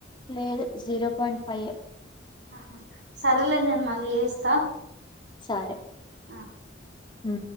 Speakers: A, on the left (about 25°); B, on the right (about 65°).
A: లెదు జీరో పాయింట్ ఫైవ్
B: ఆహా సరేలేదు నేను మళ్ళీ చేస్తా
A: సరే
B: ఆ
A: అ